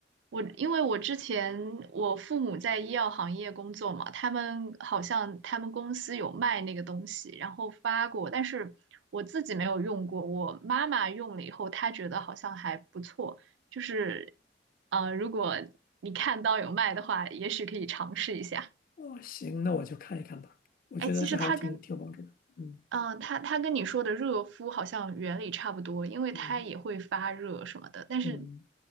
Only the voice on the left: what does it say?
哦，行，那我就看一看吧。我觉得这还是挺挺有帮助的。
嗯
嗯
嗯，